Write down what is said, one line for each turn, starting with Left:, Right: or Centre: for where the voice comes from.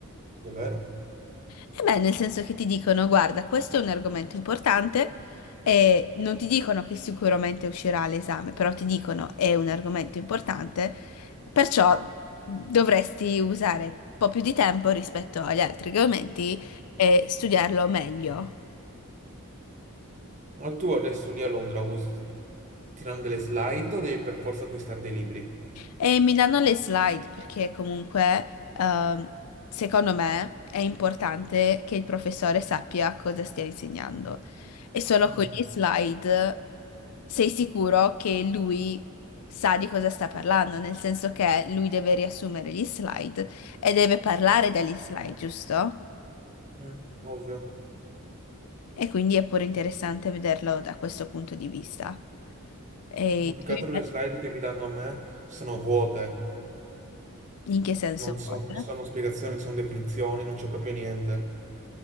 Right: Davvero?
Left: E beh, nel senso che ti dicono, guarda, questo è un argomento importante e non ti dicono che sicuramente uscirà all'esame, però ti dicono è un argomento importante, perciò dovresti usare un po' più di tempo rispetto agli altri argomenti e studiarlo meglio.
Right: Ma tu adesso lì a Londra us- tirano delle slide o devi per forza acquistare dei libri?
Left: E mi danno le slide perché comunque, ehm, secondo me, è importante che il professore sappia cosa stia insegnando. E solo
Right: Mm.
Left: con gli slide sei sicuro che lui sa di cosa sta parlando, nel senso che lui deve riassumere gli slide e deve parlare dagli slide, giusto?
Right: Mm, ovvio.
Left: E quindi è pure interessante vederlo da questo punto di vista. E
Right: No, più
Left: tu
Right: che
Left: invece,
Right: altro le slide che mi danno a me sono vuote,
Left: in che senso
Right: non so-
Left: vuole?
Right: non ci sono spiegazioni, non ci sono definizioni, non c'è proprio niente.